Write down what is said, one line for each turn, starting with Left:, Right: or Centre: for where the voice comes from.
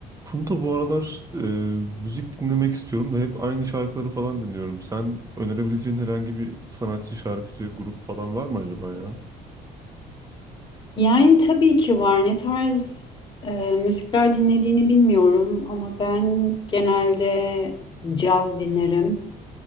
Right: Funda bu aralar e, müzik dinlemek istiyorum da hep aynı şarkıları falan dinliyorum. Sen önerebileceğin herhangi bir sanatçı, şarkıcı, grup falan var mı acaba ya?
Left: Yani tabii ki var. Ne tarz e, müzikler dinlediğini bilmiyorum ama ben genelde caz dinlerim.